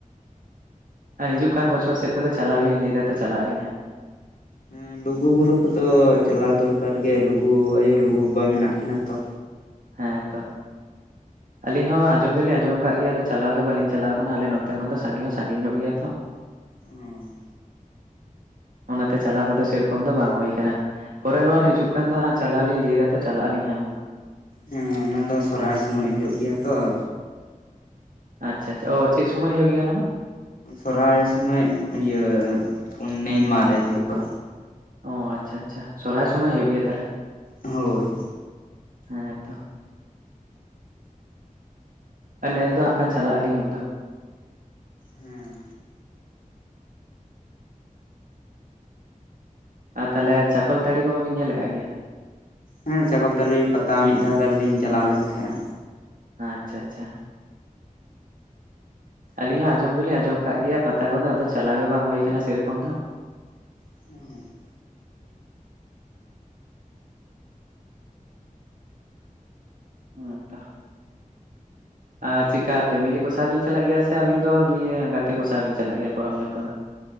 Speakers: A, on the right (about 75°); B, on the left (about 85°).
A: ᱟ ᱦᱤᱡᱩᱜ ᱠᱟᱱ ᱵᱚᱪᱷᱚᱨ ᱥᱮᱫ ᱛᱮᱫᱚ ᱪᱟᱞᱟᱣ ᱞᱤᱧ ᱞᱟᱹᱭ ᱮᱫᱟ ᱛᱚ ᱪᱟᱞᱟᱜ ᱟᱹᱞᱤᱧ ᱦᱟᱸᱜ᱾
B: ᱦᱮᱸ ᱞᱩᱜᱩ ᱵᱩᱨᱩ ᱠᱚᱫᱚ ᱪᱟᱞᱟᱣ ᱫᱚᱨᱠᱟᱨ ᱜᱮ ᱞᱩᱜᱩ ᱟᱭᱳ ᱞᱩᱜᱩ ᱵᱟᱵᱟ ᱢᱮᱱᱟᱜ ᱠᱤᱱᱟ ᱛᱚ᱾
A: ᱦᱮᱸ ᱛᱚ ᱟᱹᱞᱤᱧ ᱦᱚᱸ ᱟᱸᱡᱚᱢ ᱫᱚᱞᱤᱧ ᱟᱸᱡᱚᱢ ᱟᱠᱟᱫ ᱜᱮᱭᱟ᱾ ᱟᱫᱚ ᱪᱟᱞᱟᱣ ᱜᱮ ᱵᱟᱹᱞᱤᱧ ᱪᱟᱞᱟᱣ ᱟᱠᱟᱱᱟ᱾ ᱟᱞᱮ ᱱᱚᱛᱮ ᱠᱷᱚᱱ ᱫᱚ ᱥᱟᱺᱜᱤ ᱦᱚᱸ ᱥᱟᱺᱜᱤᱧ ᱧᱚᱜ ᱜᱮᱭᱟ ᱛᱚ᱾
B: ᱦᱚᱸ
A: ᱚᱱᱟᱛᱮ ᱪᱟᱞᱟᱣ ᱠᱚᱫᱚ ᱥᱮᱨᱚᱠᱚᱢ ᱫᱚ ᱵᱟᱝ ᱦᱩᱭ ᱟᱠᱟᱱᱟ᱾ ᱯᱚᱨᱮᱨ ᱵᱟᱨ ᱦᱤᱡᱩᱜ ᱠᱟᱱ ᱫᱚ ᱦᱟᱸᱜ ᱪᱟᱞᱟᱣ ᱞᱤᱧ ᱞᱟᱹᱭ ᱮᱫᱟ ᱛᱚ ᱪᱟᱞᱟᱜ ᱟᱹᱞᱤᱧ ᱦᱟᱸᱜ ᱩᱱᱫᱚ᱾
B: ᱦᱮᱸ ᱚᱱᱟ ᱫᱚ ᱥᱚᱨᱦᱟᱭ ᱥᱚᱢᱚᱭ ᱦᱩᱭᱩᱜ ᱜᱮᱭᱟ ᱛᱚᱨ᱾
A: ᱟᱪᱪᱷᱟ ᱟᱪᱪᱷᱟ ᱚ ᱪᱮᱜ ᱥᱚᱢᱳᱚᱭ ᱦᱩᱭᱩᱜ ᱜᱮᱭᱟ ᱚᱱᱟ ᱫᱚ?
B: ᱥᱚᱨᱦᱟᱭ ᱥᱚᱢᱚᱭ ᱤᱭᱟᱹ ᱯᱩᱨᱱᱤᱢᱟ ᱨᱮ ᱦᱳᱭᱳᱜᱼᱟ᱾
A: ᱚ ᱟᱪᱪᱷᱟ ᱟᱪᱪᱷᱟ ᱥᱚᱨᱦᱟᱭ ᱥᱚᱢᱚᱭ ᱦᱩᱭᱩᱜ ᱜᱮᱭᱟ ᱛᱟᱦᱚᱞᱮ᱾
B: ᱦᱳᱭ
A: ᱦᱮᱸᱛᱚ ᱟᱨ ᱱᱮᱥ ᱫᱚ ᱦᱟᱸᱜ ᱠᱷᱟᱱ ᱪᱟᱞᱟᱜ ᱟᱹᱞᱤᱧ ᱩᱱᱫᱚ᱾
B: ᱦᱮᱸ
A: ᱟᱨ ᱛᱟᱦᱚᱞᱮ ᱪᱟᱠᱚᱞ ᱛᱟᱹᱲᱤ ᱠᱚᱦᱚᱸ ᱵᱤᱱ ᱧᱮᱞ ᱟᱠᱟᱜ ᱜᱮᱭᱟ?
B: ᱦᱮᱸ ᱪᱟᱠᱚᱞ ᱛᱟᱞᱤ ᱯᱟᱛᱟ ᱢᱤᱫ ᱫᱷᱟᱣ ᱜᱟᱱ ᱞᱤᱧ ᱪᱟᱞᱟᱣ ᱞᱮᱱ ᱛᱟᱦᱮᱸᱜᱼᱟ᱾
A: ᱟᱪᱪᱷᱟ ᱟᱪᱪᱷᱟ ᱟᱹᱞᱤᱧ ᱦᱚᱸ ᱟᱸᱡᱚᱢ ᱫᱩᱞᱤᱧ ᱟᱸᱡᱚᱢ ᱠᱟᱜ ᱜᱮᱭᱟ ᱯᱟᱛᱟ ᱠᱚᱫᱚ ᱟᱫᱚ ᱪᱟᱞᱟᱣ ᱜᱮ ᱵᱟᱝ ᱦᱩᱭ ᱠᱟᱱᱟ ᱥᱮ ᱨᱚᱠᱚᱢ ᱫᱚ᱾
B: <inaudible>
A: ᱦᱮᱸ ᱛᱚ᱾ ᱟᱨ ᱪᱤᱜ ᱠᱟ ᱯᱷᱮᱢᱮᱞᱤ ᱠᱚ ᱥᱟᱶ ᱵᱤᱱ ᱪᱟᱞᱟᱜ ᱜᱮᱭᱟ ᱥᱮ ᱟᱹᱵᱤᱱ ᱫᱚ ᱱᱤᱭᱟᱹ ᱜᱟᱛᱮ ᱠᱚ ᱥᱟᱶ ᱵᱤᱱ ᱪᱟᱞᱟᱜ ᱜᱮᱭᱟ ᱯᱚᱨᱚᱵᱽ ᱧᱮᱞ ᱠᱚᱫᱚ?